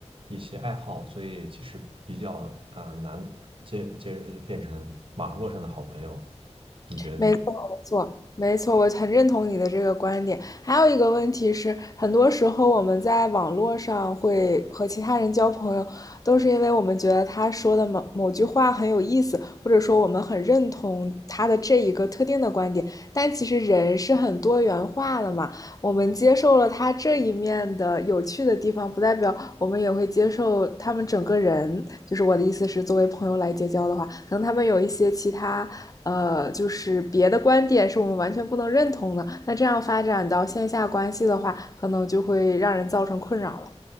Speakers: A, on the right; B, on the left.
A: 一些爱好，所以其实比较呃难结结变成网络上的好朋友，你觉得呢？
B: 没错，没错，没错，我很认同你的这个观点。还有一个问题是，很多时候我们在网络上会和其他人交朋友，都是因为我们觉得他说的某某句话很有意思，或者说我们很认同他的这一个特定的观点。但其实人是很多元化的嘛，我们接受了他这一面的有趣的地方，不代表我们也会接受他们整个人。就是我的意思是，作为朋友来结交的话，可能他们有一些其他。呃，就是别的观点是我们完全不能认同的，那这样发展到线下关系的话，可能就会让人造成困扰了。